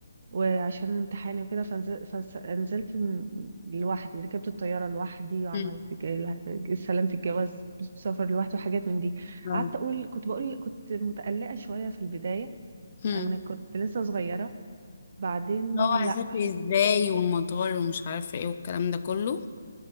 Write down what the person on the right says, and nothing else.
وعشان امتحاني وكده فنزل- فنزلت م- لوحدي ركبت الطيارة لوحدي وعملت
ج- استلمت الجواز سفر لوحدي وحاجات من دي
قعدت أقول كنت بقول كنت متقلقة شوية في البداية
أن كنت لسه صغيرة بعدين
لا حسيت